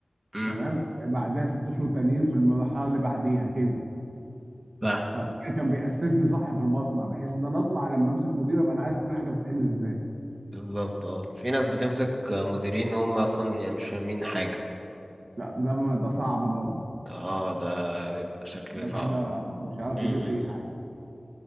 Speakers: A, on the right; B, on the right.
A: امم
B: تمام بعدها 6 شهور تانيين في المرحله اللي بعديها كده
A: لا
B: فكده كان بيأسسني صح في المصنع بحيث ان انا اطلع لما امسك مدير ابقى انا عارف كل حاجه بتتعمل ازاي
A: بالظبط اه في ناس بتمسك مديرين وهم أصلا مش فاهمين حاجة
B: لا ده م- ده صعب برضه
A: اه ده بيبقى شكل
B: ده
A: صعب
B: كده مش عارف
A: امم
B: يدير اي حاجه